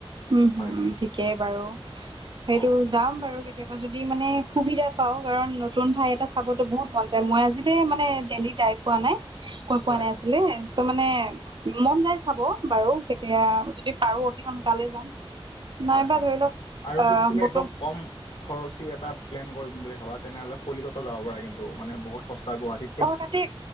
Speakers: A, on the right; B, on the left.
A: উম
B: হয়
A: হুম
B: হয়
A: ঠিকেই বাৰু
B: অ
A: সেইটো যাম বাৰু আৰু কেতিয়াবা যদি মানে সুবিধা পাওঁ কাৰণ নতুন ঠাই এটা চাবতো বহুত মন যায় মই আজিলে মানে দেল্লী যাই পোৱা নাই কৈ পোৱা
B: হয়
A: নাই
B: হয়
A: আজিলে চ মানে মন যায় চাব বাৰু কেতিয়া যদি পাৰো অতি সোনকালে যাম নাইবা
B: হয় হয়
A: ধৰি লওক
B: আৰু
A: আহ
B: যদি তুমি
A: বতৰ
B: একদম কম খৰচী এটা প্লেন কৰিম বুলি ভাবা তেনেহ'লে কলিকতা যাব পাৰে কিন্তু মানে বহুত সস্তা গুৱাহাটীত
A: অ তাতে